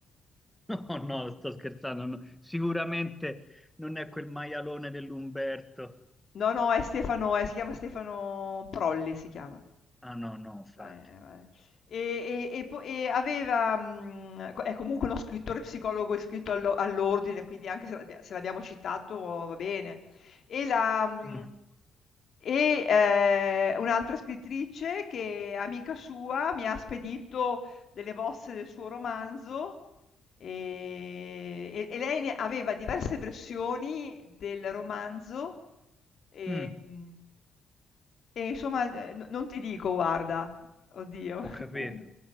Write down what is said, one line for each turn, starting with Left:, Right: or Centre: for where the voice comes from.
Centre: <laughs> No, no, sto scherzando. no. Sicuramente non è quel maialone dell'Umberto.
Left: No, no, è Stefano eh, si chiama Stefano Prolli, si chiama.
Centre: Ah, no, no, infatti.
Left: Eh, vabbè. E, e- e po- e aveva, mh, co- è comunque uno scrittore psicologo iscritto allo- all'ordine, quindi anche se l'abbia- se l'abbiamo citato va bene. E, la, mh,
Centre: Mm.
Left: e eh, un'altra scrittrice che è amica sua mi ha spedito delle bozze del suo romanzo Ehm, e e lei ne aveva diverse versioni del romanzo, ehm,
Centre: Mm.
Left: e insomma, ehm, no non ti dico guarda, oddio,
Centre: Ho capito.
Left: <laughs>